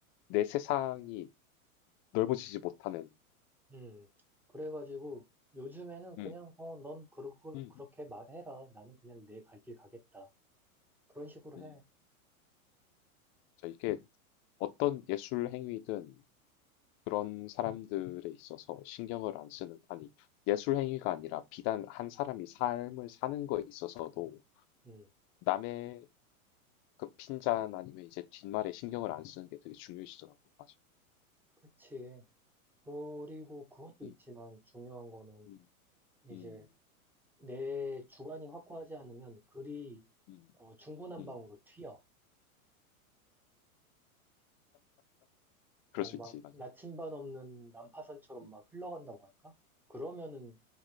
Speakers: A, on the left; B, in the centre.
A: 내 세상이 넓어지지 못하는
B: 음, 그래가지고 요즘에는 그냥,
A: 음,
B: 어, 넌 그러고,
A: 음,
B: 그렇게 말해라. 나는 그냥 내 갈 길 가겠다. 그런 식으로
A: 음,
B: 해.
A: 저 이게 어떤 예술 행위든 그런 사람들에 있어서 신경을 안 쓰는 아니 예술 행위가 아니라 비단 한 사람이 삶을 사는 거에 있어서도
B: 음,
A: 남의 그 핀잔 아니면 이제 뒷말에 신경을 안 쓰는 게 되게 중요해지더라고 맞아
B: 그치. 그리고 그것도
A: 음,
B: 있지만 중요한 거는
A: 음,
B: 이제
A: 음,
B: 내 주관이 확고하지 않으면 글이
A: 음,
B: 어, 중구난방으로
A: 음.
B: 튀어. 어,
A: 그럴 수
B: 막
A: 있지 맞아
B: 나침반 없는 난파선처럼
A: 음,
B: 막 흘러간다고 할까? 그러면은